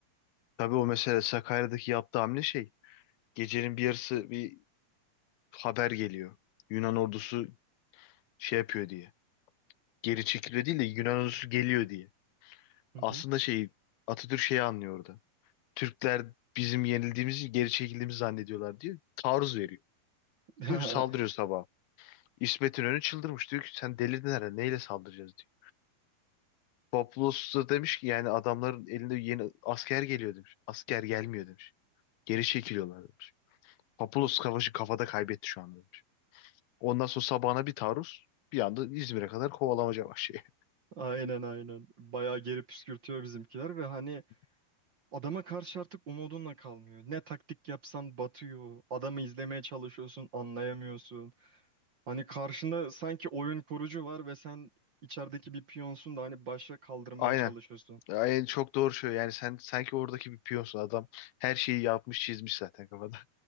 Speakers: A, on the left (about 85°); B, on the right (about 50°).
A: Tabii o mesela Sakarya'daki yaptığı hamle şey. Gecenin bir yarısı bir haber geliyor. Yunan ordusu şey yapıyor diye. Geri çekiliyor değil de Yunan ordusu geliyor diye.
B: Hı hı.
A: Aslında şey Atatürk şeyi anlıyordu. Türkler bizim yenildiğimizi, geri çekildiğimizi zannediyorlar diyor. Taarruz veriyor.
B: <laughs>
A: Diyor ki saldırıyor sabah. İsmet İnönü çıldırmış. Diyor ki sen delirdin herhalde. Neyle saldıracağız diyor. Papulos da demiş ki yani adamların elinde yeni asker geliyor demiş. Asker gelmiyor demiş. Geri çekiliyorlar demiş. Papulos savaşı kafada kaybetti şu anda demiş. Ondan sonra sabahına bir taarruz bir anda İzmir'e kadar kovalamaca başlıyor.
B: Aynen aynen. Bayağı geri püskürtüyor bizimkiler ve hani
A: <laughs>
B: adama karşı artık umudunla kalmıyor. Ne taktik yapsan batıyor. Adamı izlemeye çalışıyorsun, anlayamıyorsun. Hani karşında sanki oyun kurucu var ve sen içerideki bir piyonsun da hani başa kaldırmaya
A: Aynen
B: çalışıyorsun.
A: Ya en çok doğru şey yani sen sanki oradaki bir piyonsun adam her şeyi yapmış çizmiş zaten kafada.